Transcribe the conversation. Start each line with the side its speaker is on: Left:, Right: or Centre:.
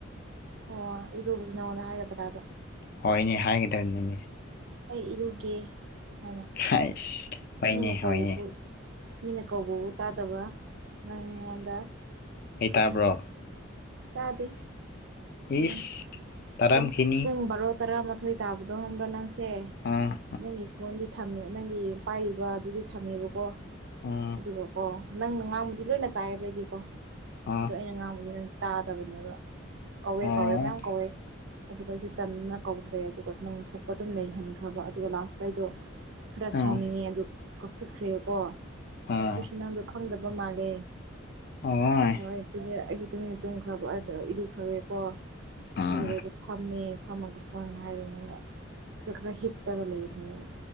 Right: ꯑꯣ ꯏꯔꯨꯕꯁꯨ ꯅꯪꯉꯣꯟꯗ ꯍꯥꯏꯒꯗ꯭ꯔꯥꯕ
Left: ꯍꯣꯏꯅꯦ ꯍꯥꯏꯒꯗꯕꯅꯤꯅꯦ
Right: ꯑꯩ ꯏꯔꯨꯒꯦ ꯍꯥꯏꯅ
Left: ꯍꯥꯏꯁ ꯍꯣꯏꯅꯦ
Right: ꯃꯤꯅ ꯀꯧꯕꯕꯨ
Left: ꯍꯣꯏꯅꯦ
Right: ꯃꯤꯅ ꯀꯧꯕꯕꯨ ꯇꯥꯗꯕ ꯅꯪꯉꯣꯟꯗ
Left: ꯍꯦ ꯇꯥꯕ꯭ꯔꯣ
Right: ꯎꯝ ꯇꯥꯗꯦ
Left: ꯏꯁ
Right: ꯎꯝ
Left: ꯇꯥꯔꯝꯈꯤꯅꯤ
Right: ꯄꯨꯡ ꯄꯨꯡ ꯕꯔꯣ ꯇꯔꯥꯃꯥꯊꯣꯏ ꯇꯥꯕꯗꯣ ꯍꯪꯕ꯭ꯔꯥ ꯅꯪꯁꯦ
Left: ꯑꯪ
Right: ꯅꯪꯒꯤ ꯐꯣꯟꯗꯤ ꯊꯝꯃꯦ ꯅꯪꯒꯤ ꯄꯥꯏꯔꯤꯕꯗꯨꯗꯤ ꯊꯝꯃꯦꯕꯀꯣ
Left: ꯑꯥ
Right: ꯑꯗꯨꯒꯀꯣ ꯅꯪꯅ ꯉꯥꯡꯕꯨꯗꯤ ꯂꯣꯏꯅ ꯇꯥꯏꯌꯦꯕ ꯑꯩꯗꯤꯀꯣ
Left: ꯑꯥ
Right: ꯑꯗꯣ ꯑꯩꯅ ꯉꯥꯡꯕꯗꯤ ꯅꯪ ꯇꯥꯗꯕꯅꯦꯕ ꯀꯧꯏ
Left: ꯑꯣ
Right: ꯀꯧꯏ ꯃꯌꯥꯝ ꯀꯧꯏ ꯑꯗꯨꯒ ꯑꯩꯁꯨ ꯇꯟꯗꯅ ꯀꯧꯗ꯭ꯔꯦ ꯑꯗꯨꯒ ꯅꯪ ꯊꯣꯛꯄ ꯑꯗꯨꯝ ꯂꯩꯍꯟꯈ꯭ꯔꯕ ꯑꯗꯨꯒ ꯂꯥꯁꯇ ꯑꯩꯗꯣ ꯈꯔ
Left: ꯑꯥ
Right: ꯁꯥꯎꯅꯤꯡꯉꯦ ꯑꯗꯨ ꯀꯛꯊꯠꯈ꯭ꯔꯦꯀꯣ
Left: ꯑꯥ
Right: ꯑꯗꯨꯁꯨ ꯅꯪꯗꯣ ꯈꯪꯗꯕ ꯃꯥꯜꯂꯦ
Left: ꯑꯣꯏ
Right: ꯍꯣꯏ ꯑꯩꯁꯨ ꯇꯨꯃꯤꯟꯅ ꯇꯨꯝꯈ꯭ꯔꯕ ꯏꯔꯨꯈ꯭ꯔꯒꯦꯀꯣ
Left: ꯑꯥ
Right: ꯑꯗꯨꯒ ꯑꯩꯗꯨ ꯐꯝꯃꯦ ꯐꯝꯃꯒ ꯐꯣꯟ ꯍꯥꯏꯔꯦ ꯌꯦꯡꯒ ꯈꯔ ꯈꯔ ꯍꯤꯞꯄꯒ ꯂꯩꯕꯅꯦꯕ